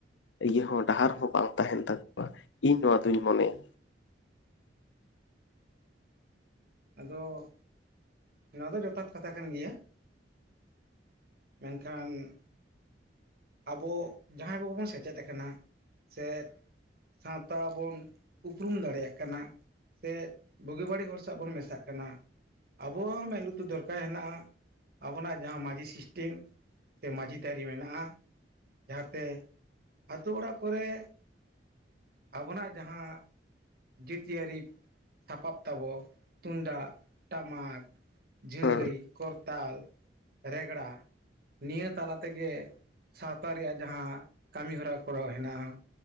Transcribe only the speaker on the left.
ᱤᱭᱟᱹ ᱦᱚᱸ ᱰᱟᱦᱟᱨ ᱦᱚᱸ ᱵᱟᱝ ᱛᱟᱦᱮᱱ ᱛᱟᱠᱚᱣᱟ ᱤᱧ ᱱᱚᱣᱟ ᱫᱩᱧ ᱢᱚᱱᱮᱭᱟ᱾
ᱦᱮᱸ